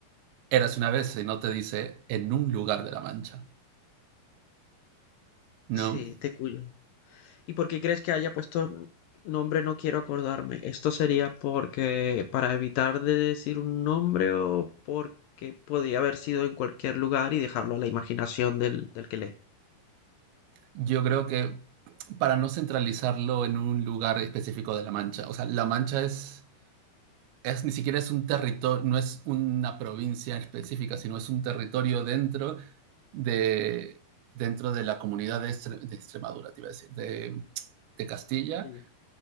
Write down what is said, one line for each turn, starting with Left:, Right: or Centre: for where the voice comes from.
Right: eras una vez, sino te dice en un lugar de la Mancha, ¿no?
Left: Sí, de Cuyo. ¿Y por qué crees que haya puesto n- nombre? No quiero acordarme. ¿Esto sería porque para evitar de decir un nombre o porque podía haber sido en cualquier lugar y dejarlo a la imaginación del, del que lee?
Right: Yo creo que para no centralizarlo en un lugar específico de La Mancha, o sea, La Mancha es, es ni siquiera es un territorio, no es una provincia específica, sino es un territorio dentro de, dentro de la comunidad de, Estre- de Extremadura, te iba a decir, de, de Castilla
Left: Ella.